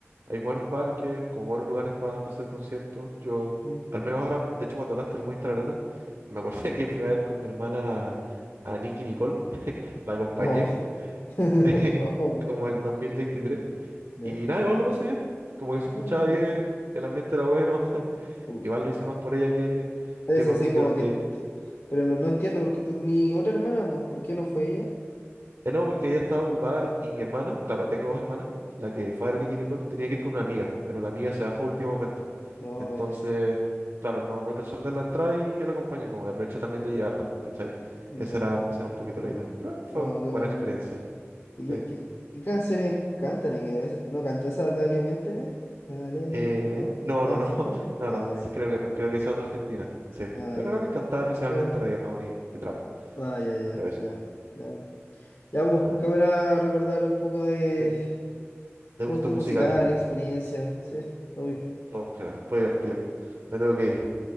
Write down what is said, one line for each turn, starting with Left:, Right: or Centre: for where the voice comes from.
Right: hay buenos parques, como buenos lugares para hacer conciertos. Yo,
Left: Mm.
Right: al menos ahora, de hecho, cuando hablaste del Movistar Arena, <laughs> me acordé que fui a ver con mi hermana a, Nicky Nicole, <laughs> la acompañé,
Left: No, <laughs>
Right: <laughs>
Left: no, bastante.
Right: como el 2023.
Left: Ya,
Right: Y nada, igual lo pasé bien. Como que se
Left: ah,
Right: escuchaba
Left: ya, nice.
Right: bien, el ambiente era bueno. <laughs>
Left: Mm.
Right: Igual lo hice más por ella que,
Left: Es
Right: que por
Left: así
Right: mí.
Left: como
Right: Creo que
Left: que. t- Pero no, no entiendo porque tú tenías otra hermana, pues. ¿Por qué no fue ella?
Right: Eh, no, porque ella estaba ocupada y mi hermana, claro, tengo dos hermanas, la que fue a Granny Kirikol tenía que ir con una amiga, pero la amiga se bajó a último momento.
Left: No,
Right: Entonces,
Left: ya,
Right: claro, no, no alcanzó a andar la entrada y yo la acompañé, como que aproveché también de llevarla, ¿cachai?
Left: no,
Right: Esa
Left: ya.
Right: era, esa era un poquito
Left: No,
Right: la idea. Pero eh, fue
Left: no, con
Right: buena
Left: hermano.
Right: experiencia,
Left: ¿Y qué,
Right: sí.
Left: qué- qué canciones cantan? ¿Y qué es- ¿No canta esa Dale, miénteme? Dale,
Right: Eh,
Left: miénteme. ¿No?
Right: no,
Left: ¿No,
Right: no, no,
Left: cierto?
Right: <laughs>
Left: No.
Right: no,
Left: Ah,
Right: no, sí,
Left: ya.
Right: creo que no, creo que esa es otra Argentina, sí.
Left: Ah,
Right: Pero
Left: ya, ya.
Right: no, cantaba principalmente
Left: ¿Verdad?
Right: reggaetón y, y trap,
Left: Ah, ya, ya,
Right: pero eso.
Left: ya. Ya, bueno. Ya, pues,
Right: ¿no?
Left: qué buena recordar un poco de
Right: sí, de
Left: gusto
Right: gustos
Left: musical,
Right: musicales,
Left: experiencia. Sí, obvio.
Right: todo en general, fue divertido. Me tengo que ir.